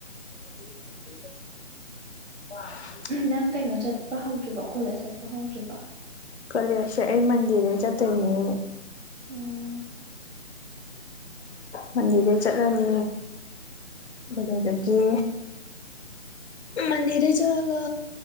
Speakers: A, on the left (about 60°); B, on the right (about 65°).
A: <inaudible>
B: ꯅꯪ ꯀꯩꯅꯣ ꯆꯠꯄ ꯍꯧꯗ꯭ꯔꯤꯕꯣ ꯀꯣꯂꯦꯖ ꯆꯠꯄ ꯍꯧꯗ꯭ꯔꯤꯕꯣ
A: ꯀꯂꯁ ꯑꯩ ꯃꯟꯗꯤꯔꯦ ꯆꯠꯇꯣꯏꯅꯦ
B: ꯑꯣ
A: ꯃꯟꯗꯤꯔ ꯆꯠꯂꯅꯤ ꯃꯖꯒꯤ ꯃꯗꯤꯔ ꯆꯂꯒ